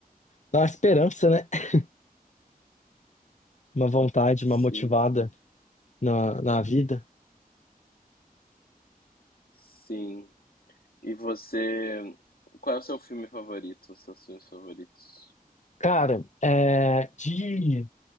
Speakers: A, on the left (about 50°); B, on the left (about 75°).
A: dá uma esperança, né? <laughs> Uma vontade,
B: Sim,
A: uma motivada na, na vida.
B: sim. E você, qual é o seu filme favorito? Os seus filmes favoritos?
A: Cara, é, de,